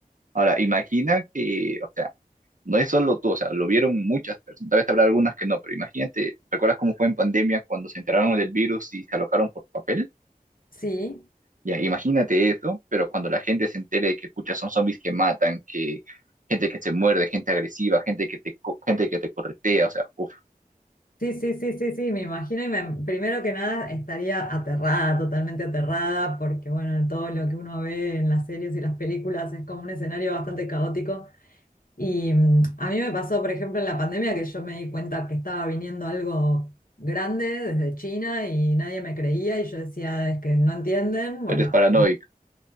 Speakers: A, on the right (about 60°); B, on the left (about 65°).
A: Ahora, imagina que, o sea, no es solo tú, o sea, lo vieron muchas personas, tal vez habrá algunas que no, pero imagínate, ¿recuerdas cómo fue en pandemia cuando se enteraron del virus y se alocaron por papel?
B: Sí.
A: Ya, imagínate eso, pero cuando la gente se entere de que, pucha, son zombies que matan, que gente que se muerde, gente agresiva, gente que te, co- gente que te corretea, o sea, uff,
B: Sí, sí, sí, sí, sí, me imagino y me- primero que nada estaría aterrada, totalmente aterrada, porque bueno, todo lo que uno ve en las series y las películas es como un escenario bastante caótico. Y mm, a mí me pasó, por ejemplo, en la pandemia que yo me di cuenta que estaba viniendo algo grande desde China y nadie me creía y yo decía, es que no entienden, bueno,
A: eres paranoico.